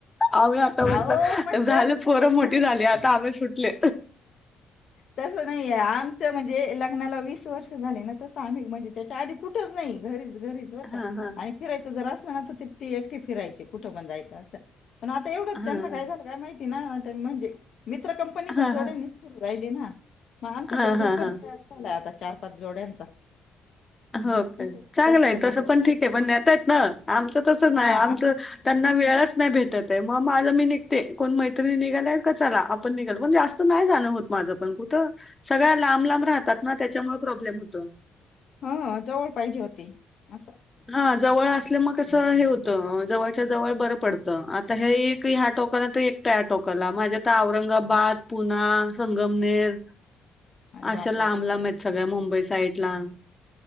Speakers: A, on the left (about 20°); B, on the left (about 60°).
A: आ्ही आता
B: अहो
A: म्हटलं
B: म्हटलं
A: झालं पोरं मोठी आता आम्ही सुटले.
B: तसं नाहीय आमचं म्हणजे, लग्नाला वीस वर्ष झाले. ना तसं आम्ही म्हणजे. त्याच्या आधी कुठंच नाही, घरीच घरीच.
A: हां, हां.
B: आणि फिरायचं जर असल ना, तर ती एकटी फिरायची कुठं पण जायचं असं पण आता एवढंच
A: हां.
B: त्यांना काय झालं काय माहिती ना म्हणजे मित्र कंपनी
A: हां,
B: पण जोड्यान
A: हां.
B: राहिली ना, मग आमचा
A: हां,
B: तो ग्रुपच
A: हां, हां.
B: तयार झाला आता चार पाच जोड्यांचा.
A: हो
B: मग कुठे
A: का
B: जायचं
A: चांगलं
B: असलं
A: आहे
B: का ते
A: तसं
B: दोघं
A: पण ठीक आहे, पण नता येत ना आमचं तसं नाही
B: हा
A: आमच त्यां वेळच नाही भेटत आहे मग मग माज मी निघते कोण मैत्रिणी निघाल का चला, आपण निघाल पण जास्त नाही जाण होत. माझं पण कुठं, सगळ्या लांब लांब राहतात ना त्याच्यामुळे प्रॉब्लेम होतो.
B: ह जवळ पाहिजे होते असं
A: हा जवळ असल्या मगसं हे होतं, जवळच्या जवळ बरं पडतं आता हे एक ह्या टॉप. परत एक त्या टोकरला माझ्या आता, औरंगाबाद, पुना, संगमनेर.
B: <inaudible> बापरे
A: अशा लांब
B: भरपूर
A: लांब आहेत, सगळ्या मुंबई साईड ला